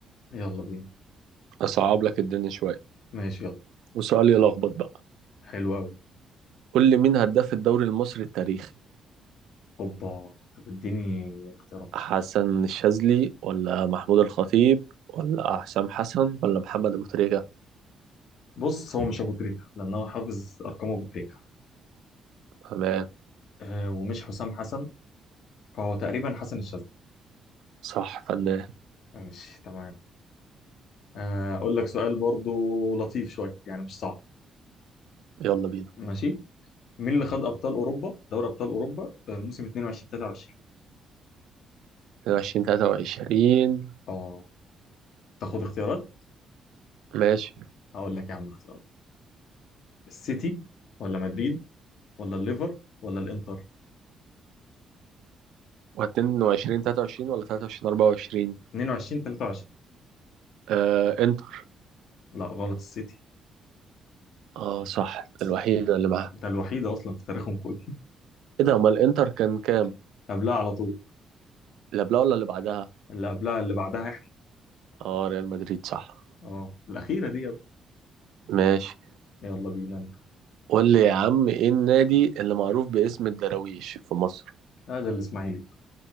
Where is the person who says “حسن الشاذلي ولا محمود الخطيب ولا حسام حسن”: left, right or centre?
Right